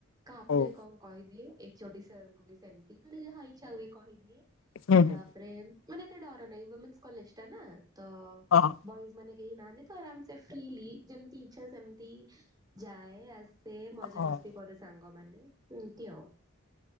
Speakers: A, on the right (about 20°); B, on the left (about 70°).
A: କାହାକୁ
B: ହଉ
A: ନାଇଁ କଣ କହିଦିଏ ଏଚଓଡି ସାର୍ ଙ୍କୁ ବି ସେମିତି ମାନେ ଯାହା ଇଚ୍ଛା ହୁଏ କହିଦିଏ।
B: ହୁଁ ହୁଁ
A: ତାପରେ ମାନେ ଏତେ ଡର ନାଇଁ ୱିମେନ୍ସ କଲେଜ୍ ଟା ନା ତ
B: ହଁ
A: ବଏଜ୍ ମାନେ କେହି ନାହାନ୍ତି ତ ଆରାମସେ ଫ୍ରିଲି ଯେମତି ଇଛା ରେ ସେମତି ଯାଏ ଆସ ସେ ମଜାମସ୍ତି
B: ହଁ ହଁ
A: କରୁ ସାଙ୍ଗମାନେ ଏମତି ଆଉ।